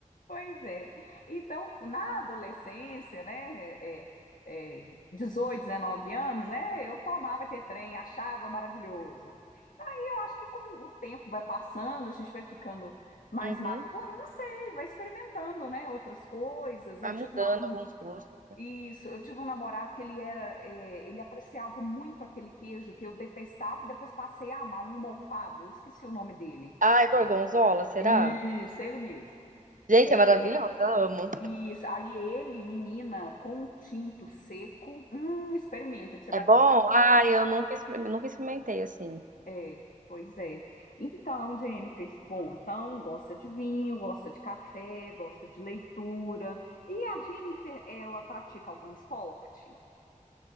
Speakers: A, on the left (about 90°); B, on the right (about 75°).
A: Pois é. Então, na adolescência, né, é, é, 18, 19 anos, né, eu tomava aquele trem, achava maravilhoso. Aí eu acho que com o tempo vai passando, a gente vai ficando mais
B: Uhum.
A: maduro, não sei, vai experimentando, né, outras coisas.
B: Vai
A: Eu tive
B: mudando
A: uma-
B: alguns gostos.
A: isso, eu tive um namorado que ele era, é, ele apreciava muito aquele queijo que eu detestava e depois passei a amar um mofado, eu esqueci o nome dele.
B: Ah, é gorgonzola, será?
A: Isso, ele mesmo.
B: Gente,
A: É,
B: é maravilhoso, eu amo.
A: Isso, aí ele, menina, com um tinto seco, hum, experimenta que você
B: É
A: vai
B: bom?
A: passar a gostar.
B: Ah, eu nunca, exper- nunca experimentei assim.
A: É, pois é. Então, Jennifer, bom, então gosta de vinho, gosta de café, gosta de leitura. E a Jennifer, ela pratica algum esporte?